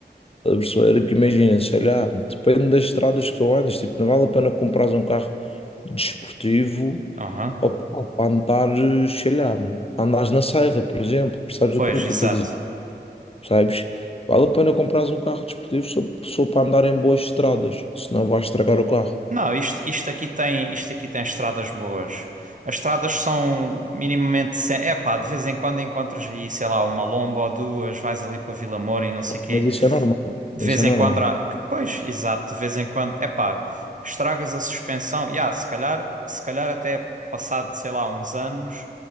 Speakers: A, on the left; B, on the right.
A: A pessoa era que imagina, sei lá, depende das estradas que tu andas, tipo, não vale a pena comprares um carro. desportivo,
B: Aham.
A: ou pá, para andar, eh, sei lá, andares na serra, por exemplo, percebes
B: Pois,
A: o que eu estou
B: exato.
A: a dizer? Percebes? Vale a pena comprares um carro desportivo só, só para andar em boas estradas, senão vais estragar o carro.
B: Não, isto, isto aqui tem, isto aqui tem estradas boas. As estradas são minimamente sem... Epá, de vez em quando encontras aí, sei lá, uma lomba ou duas, vais ali para Vila Moura e não sei quê.
A: Mas isso é normal,
B: De vez
A: isso é
B: em
A: normal.
B: quando há... Pois, exato, de vez em quando. Epá, estragas a suspensão. Ya, se calhar, se calhar até passado, sei lá, uns anos